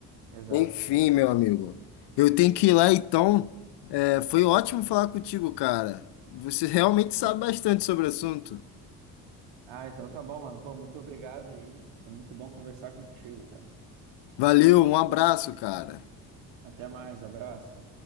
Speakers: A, on the right; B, on the left.
A: Exato,
B: Enfim,
A: exato,
B: meu
A: exato.
B: amigo, eu tenho que ir lá então. É, foi ótimo falar contigo, cara. Você realmente sabe bastante sobre o assunto.
A: Ah, então tá bom, mano. Pô, muito obrigado aí. Foi muito bom conversar contigo, cara.
B: Valeu, um abraço, cara.
A: Até mais, abraço.